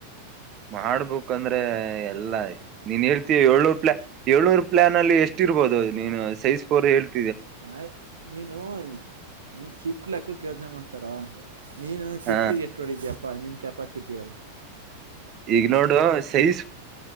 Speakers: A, on the right; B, on the right.
A: ಮಾಡ್ಬೇಕಕ್ ಅಂದ್ರೆ ಎಲ್ಲಾ ನೀನ್ ಹೇಳ್ತೀ ಏಳ್ನೂರ್ ಪ್ಲಾನ್ ಏಳ್ನೂರ್ ಪ್ಲಯಾನ್ ಅಲ್ಲಿ ಎಷ್ಟ ಇರ್ಬೋದು ನೀ ಸೈಜ್ ಪಫೋರ್ ಹೇಳ್ತ.
B: ಆಯ್ ನೀನು ನೀನ್ ಶಿಫ್ಟ್ ಲೆಕ್ಕ ಯೋಜನೆ ಮಾಡ್ತಿ. ತರ. ನೀನು ನ ಶಿಫ್ಟಿಗೆ
A: ಹ
B: ಎಷ್ಟುೊಡಿದೀೆಯ. ಪಾನೀಿನ ಕೆಪಾಾಸಿಟಿ ಅವ.
A: ಈಗ ನೋಡು ಸೈಜ್